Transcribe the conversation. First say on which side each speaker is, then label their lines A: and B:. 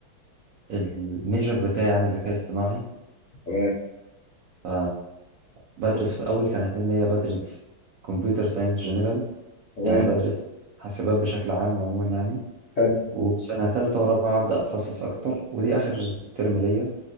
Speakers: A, on the right; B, on the left.
A: الميجر بتاعي يعني ذكاء اصطناعي
B: تمام
A: ف بدرس في أول سنتين ليا بدرس كمبيوتر ساينس جنرال
B: تمام
A: يعني بدرس حاسبات بشكل عام عموما يعني
B: حلو
A: وسنة تالتة ورابعة أبدأ أتخصص أكتر ودي آخر ترم ليا